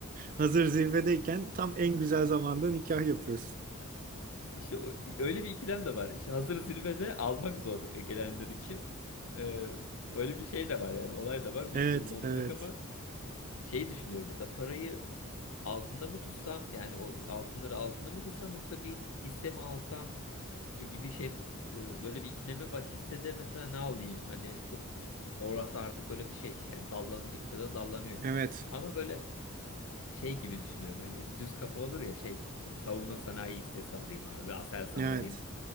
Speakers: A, on the right (about 40°); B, on the left (about 70°).
A: Hazır zirvedeyken tam en güzel zamanda nikah yapıyorsun.
B: İşte o, öyle bir ikilem de var. İşte hazır zirvede almak zor e, gelenler için. Ee, öyle bir şey de var yani olay da var. Bilmiyorum
A: Evet,
B: ne olacak
A: evet,
B: ama şeyi düşünüyorum mesela parayı altında mı tutsam yani o altınları altında mı tutsam yoksa bir hisse mi alsam e, gibi şey e, böyle bir ikilemim var. Hissede mesela ne alayım? Hani çok orası artık böyle bir şey. Yani dallandıkça da dallanıyor.
A: evet,
B: Ama böyle şey gibi düşünüyorum. Hani düz kafa olur ya şey e, savunma sanayi hissesi alayım abi. Aselsan
A: evet.
B: alayım.